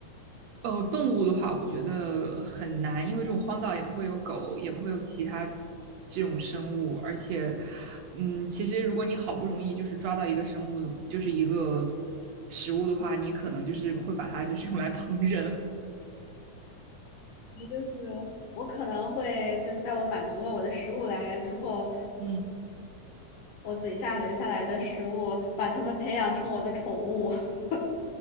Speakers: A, on the right (about 70°); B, on the left (about 85°).
A: 呃，动物的话，我觉得很难，因为这种荒岛也不会有狗，也不会有其他这种生物，而且，嗯，其实如果你好不容易就是抓到一个生物，就是一个食物的话，你可能就是会把它就是用来烹饪。
B: 也就是我可能会就是在我满足了我的食物来源之后。
A: 嗯，
B: 我嘴下留下来的食物，把它们培养成我的宠物。<laughs>